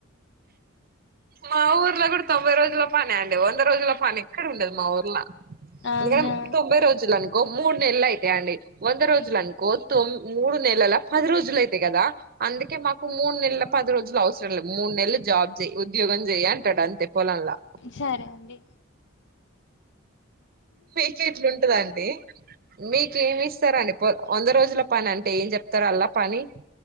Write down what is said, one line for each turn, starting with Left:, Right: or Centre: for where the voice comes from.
Right: మా ఊర్లో గూడా తొంభై రోజుల పని అండి వంద రోజుల పని ఎక్కడ ఉండదు మా ఊర్ల
Left: అవునా
Right: ఎందుకంటే తొంభై రోజులు అనుకో మూడు నెలలు అయితాయి అండి వంద రోజులు అనుకో తొం మూడు నెలల పది రోజులు ఇతయ్ గదా అందుకే మాకు మూడు నెల పది రోజులు అవసరం లేదు మూడు నెలలు జాబ్ జేయ్ ఉద్యోగం జేయ్ అంటడు అంతే పొలంలా
Left: సరే అండి
Right: పీకెట్ల ఉంటదండి మీకేమి ఇస్తారండి పొలం వంద రోజుల పని అంటే ఏం జెప్తరు అల్లా పని